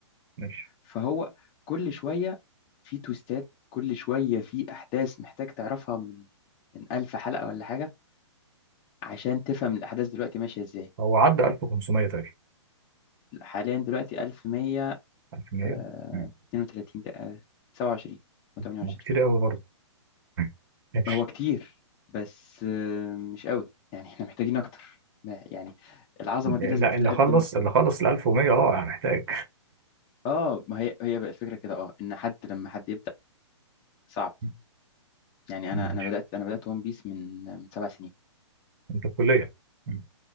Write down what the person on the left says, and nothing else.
فهو كل شويه في تويستات كل شويه في احداث محتاج تعرفها من من 1000 حلقه ولا حاجه عشان تفهم الاحداث دلوقتي ماشيه ازاي
حاليا دلوقتي 1132
دقيقة- 27 و28
هو كتير بس آه، مش قوي يعني احنا محتاجين اكتر ما- يعني العظمه دي
لازم تتقدم
اه ما هي هي بقى الفكره كده اه ان حد لما حد صعب
يعني
انا انا بدات انا بدات ون بيس من من سبع سنين